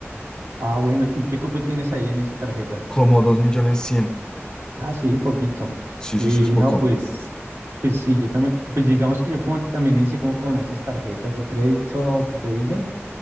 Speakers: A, on the right (about 85°); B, on the left (about 15°).
A: Ah, bueno, ¿y qué cupo tienes ahí en esa tarjeta?
B: Como 2 millones cien
A: Ah, sí, poquito.
B: Sí,
A: Y
B: sí, sí, es poco.
A: no, pues, pues sí, yo también, pues digamos que yo como también inicié como con esas tarjetas de crédito que te dije.